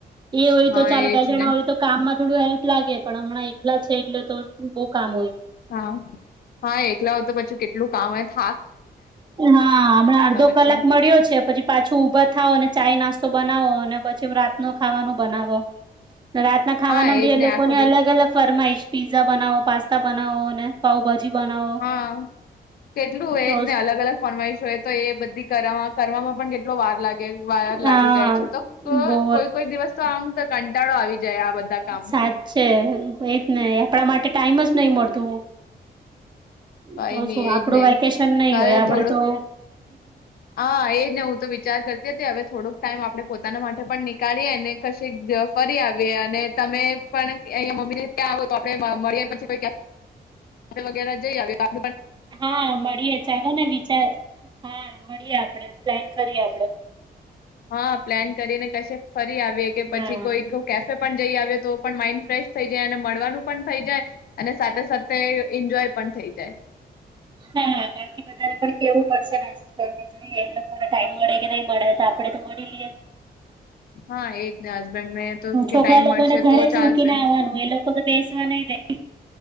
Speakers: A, on the right; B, on the left.
A: એ હોય
B: હા
A: તો ચાલ
B: એજ
A: બે જણા
B: ને
A: હોય તો કામ માં થોડું હેલ્પ લાગે. પણ હમણાં એકલા છે એટલે તો. બહુ કામ હોય
B: હા હા એકલા હોય તો પછી કેટલું કામ હો.
A: હા હમણાં અડધો
B: પછી
A: કલાક મળ્યો છે પછી પાછું ઉઊભા થાવ અને ચાાય નાસ્તો બનાવો અને પછી રાતનો ખાવાનું બનાવો. રાતના ખાવાના
B: હા એજ
A: બી એ લોકો
B: આખો
A: ને
B: દિવસ
A: અલગ અલગ ફરમાઈશ પીઝા બનાવો પાસ્તા બનાવો અને પાઉભાજી. બનાવો
B: હા કેટલું એજ
A: તો
B: ને અલગ અલગ ફરમાવીશ હોય તો એ બધી કરવામાં પણ કેટલો વાર લાગે વાયર
A: હા
B: લાગી જાય છે તો
A: બહુ
B: કોઈ કોઈ દિવસ તો આમ તો કંટાળો આવી જાય આ બધા કામથી
A: સાચે એજને આપડા માટે ટાઈમ જ નઈ મળતું.
B: કઈ
A: તો
B: નઈ
A: શું આપડું
B: એજ ને
A: વેકેશન નઈ
B: ઘરે
A: હોય, આપડે
B: થોડુંક
A: તો
B: હા, એજને હું તો વિચાર કર તે જ ને હવે થોડોક ટાઈમ આપણે પોતાના માટે પણ નીકાળીએ અને કશે ફરી આવયે. અને તમે પણ એ મ ક્યાં હોય તો આપડે મરિયે પછીઈ વગેરા જઈ આવયે.
A: હા મળીએે ચાલો ને વિચાર હા. આપડે પ્લેક કરીએ આપડે
B: હા પ્લાન કરીને કશે ફરી આવીએ કે પછી
A: હા
B: કોઈક કેફે પણ જઈ આવ તો પણ માઈન્ડ ફ્રેશ થઈ જાય અને મળવાનું પણ થઈ જાય અને સાથે સાથે એન્જોય પણ થઈ જાય.
A: હા બાકી બધાને પણ કેવું પડશે ને જોઈએ એ લોકોને ટાઈમ મળે કે નહી મળે તો આપડે તો મળી લઈએ.
B: હા એજ ને હસબેન્ડને તો કે
A: છોકરા
B: ટાઈમ
A: લોકોને
B: મળશે
A: ઘરે
B: તો
A: જ
B: ચાલશે.
A: મૂકીને આવવાનું એ લોકો તો બેસવા નય દે.